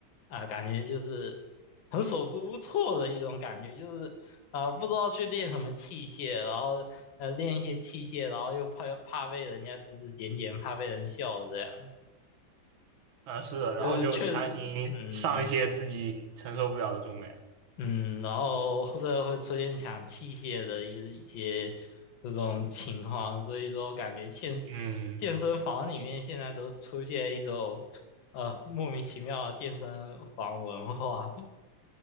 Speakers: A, on the left; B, on the right.
A: 啊、感觉就是很手足无措的一种感觉，就是啊、不知道去练什么器械，然后呃练一些器械，然后又怕怕被人家指指点点，怕被人笑这样。
B: 啊，是的，
A: 就是确，
B: 然后就强行上一些自己承受不了的重量，
A: 嗯嗯，然后或者会出现抢器械的一一些这种情况，所以说感觉健健身房里面现在都出现一种
B: 嗯。
A: 呃莫名其妙的健身房文化，